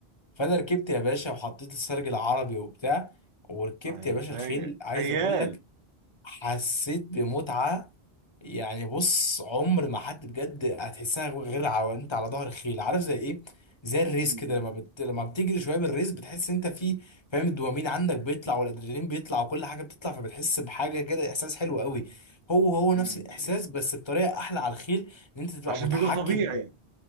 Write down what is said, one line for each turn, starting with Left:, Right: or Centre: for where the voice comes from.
Left: فانا ركبت يا باشا وحطيت السرج العربي وبتاع وركبت
Right: ايوه
Left: يا
Right: مزاجك
Left: باشا الخيل عايز
Right: خيال
Left: اقول لك حسيت بمتعه يعني بص عمر ما حد بجد هتحسها غير ع- انت على ظهر الخيل عارف زي ايه زي الريس
Right: ايوه
Left: كده لما بت... لما بتجري شويه بالريس بتحس انت في فاهم الدوبامين عندك بيطلع والادرينالين بيطلع وكل حاجه بتطلع فبتحس بحاجه كده احساس حلو قوي هو هو
Right: ايوه
Left: نفس الاحساس بس بطريقه احلى على الخيل ان انت تبقى
Right: عشان
Left: متحكم
Right: بيبقى طبيعي
Left: في-